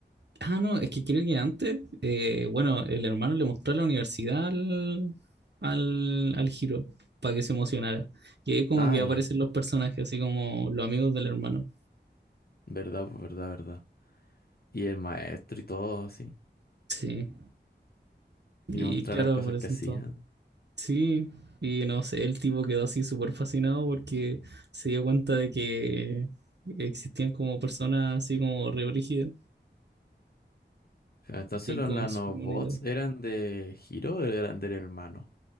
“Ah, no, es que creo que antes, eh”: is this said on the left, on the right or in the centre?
Right